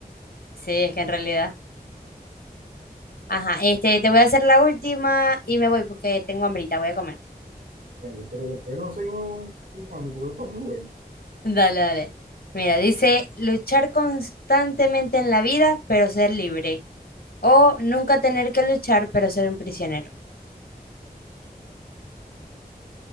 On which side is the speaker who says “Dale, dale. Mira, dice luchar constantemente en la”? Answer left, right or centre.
Left